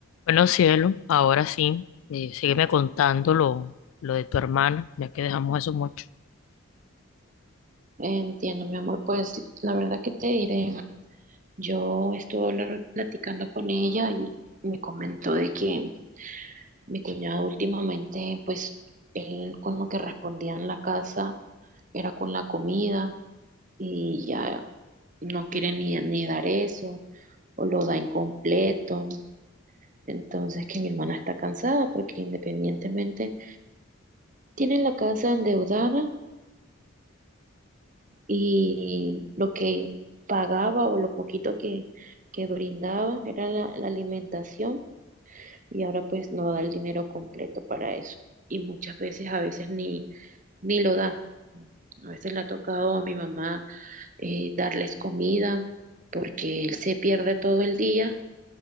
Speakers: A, on the left; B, on the right.
A: Bueno, cielo, ahora sí, eh, sígueme contando lo, lo de tu hermana, ya que dejamos eso mucho.
B: Entiendo, mi amor, pues la verdad que te diré, yo estuve hablar- platicando con ella y me comentó de que mi cuñado últimamente, pues él con lo que respondía en la casa era con la comida y ya no quiere ni, ni dar eso o lo da incompleto. Entonces que mi hermana está cansada porque independientemente tiene la casa endeudada y lo que pagaba o lo poquito que, que brindaba era la, la alimentación y ahora pues no da el dinero completo para eso y muchas veces a veces ni, ni lo da. A veces le ha tocado a mi mamá eh, darles comida porque él se pierde todo el día